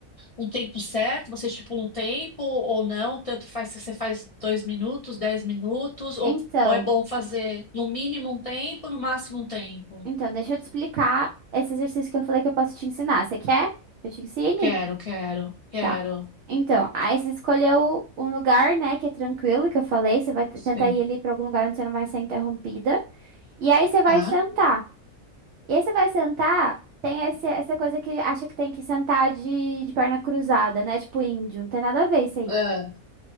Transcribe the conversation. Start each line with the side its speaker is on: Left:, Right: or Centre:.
Left: um tempo certo, você estipula um tempo ou não, tanto faz se você faz dois minutos, dez minutos, ou,
Right: Então,
Left: ou é bom fazer no mínimo um tempo, no máximo um tempo?
Right: então, deixa eu te explicar esse exercício que eu falei que eu posso te ensinar. Você quer? que Eu te ensine?
Left: Quero, quero, quero.
Right: Tá. Então, aí você escolheu um lugar, né, que é tranquilo, que eu falei. Você vai t-
Left: Sim.
Right: tentar ir ali pra algum lugar onde você não vai ser interrompida. E aí você vai
Left: Tá.
Right: sentar. E aí você vai sentar, tem esse, essa coisa que acha que tem que sentar de, de perna cruzada, né? Tipo índio, não tem nada a ver isso aí.
Left: Ah,